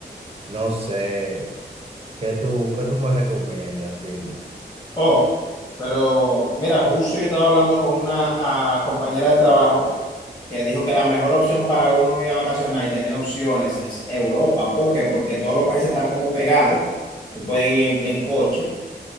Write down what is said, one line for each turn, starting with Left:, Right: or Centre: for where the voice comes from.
Right: no sé, ¿qué tú, qué tú me recomiendas? Dime.
Left: Oh, pero mira, justo yo estaba hablando con una ah, compañera de trabajo que dijo que la mejor opción para uno ir a vacacionar y tener opciones es Europa. ¿Por qué? Porque todos los países están como pegados. Tú puedes ir en, en coche,